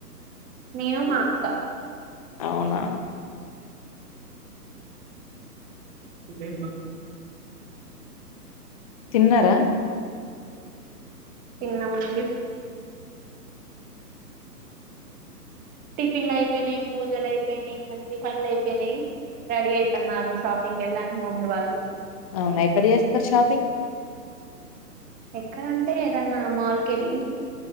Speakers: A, on the right; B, on the left.
A: నేను మా అక్కా
B: అవునా
A: లే
B: తిన్నరా?
A: తిన్నామండి టిఫిన్లైపోయినయి, పూజలైయిపోయినయి అన్ని పనులు అయిపోయినయి రెడీ అయితున్నారు షాపింగ్ ఇంకెళ్ళా మమ్మీ వాళ్ళు
B: అవున ఎక్కడ చేస్తారు షాపింగ్
A: ఎక్కడంటే ఏదన్నా మాల్ కెళ్ళి